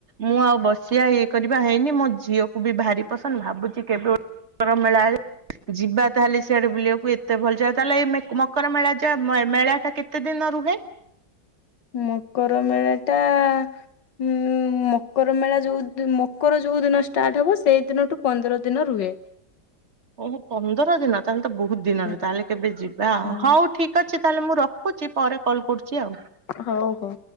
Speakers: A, on the right (about 40°); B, on the left (about 70°).
A: ମୁଁ ଆଉ ବସିବା ଇଏ କରିବା ହେଇନି ମୋ ଝିଅ କୁ ବି ଭାରି ପସନ୍ଦ ଭାବୁଛି କେବେ <unintelligible> ମେଳା ହେଲେ ଯିବା ତାହେଲେ ସିଆଡେ ବୁଲିବାକୁ ଏତେ ଭଲ ଯାଏ ତାହେଲେ ଏଇ ମେକ୍ ମକର ମେଳା ଯା ମେଳା ଟା କେତେ ଦିନ ରୁହେ?
B: ମକର ମେଳା ଟା ଉଁ ମକର ମେଳା ଯୋଉ ଦି ମକର ଯୋଉ ଦିନ ଷ୍ଟାର୍ଟ ହବ ସେଇ ଦିନଠୁ ପନ୍ଦର ଦିନ ରୁହେ।
A: <unintelligible> ଓହୋ ପନ୍ଦର ଦିନ ତାହେଲେ ତ ବହୁତ ଦିନରୁ
B: ହୁଁ
A: ତାହେଲେ କେବେ ଯିବା
B: ହୁଁ
A: ହଉ ଠିକ୍ ଅଛି ତାହେଲେ ମୁଁ ରଖ ରଖୁଛି ପରେ କଲ୍ କରୁଛି ଆଉ।
B: ହଉ ହଉ